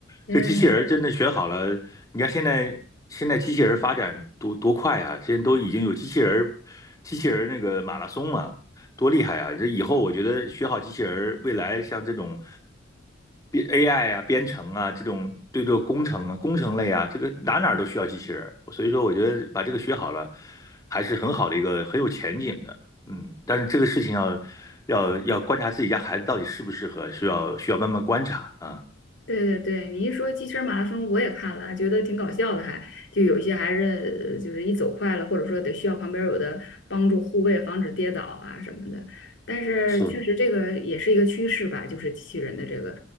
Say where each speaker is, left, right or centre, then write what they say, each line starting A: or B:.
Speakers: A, on the left (about 65°); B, on the left (about 20°).
A: 嗯，
B: 这机器人儿真的学好了，你看现在现在机器人儿发展多多快啊！现在都已经有机器人儿机器人儿那个马拉松了、多厉害啊！这以后我觉得学好机器人儿，未来像这种编 AI 啊、编程啊这种对这个工程啊、工程类啊，这个哪哪儿都需要机器人儿。所以说，我觉得把这个学好了，还是很好的一个很有前景的。嗯，但是这个事情要要要观察自己家孩子到底适不适合，需要需要慢慢观察啊。
A: 对对对，你一说机器人马拉松，我也看了，还觉得挺搞笑的还，就有一些还是呃就是一走快了，或者说得需要旁边有的帮助护卫，防止跌倒啊什么的。但是确实这个也是一个趋势吧，
B: 是，
A: 就是机器人的这个，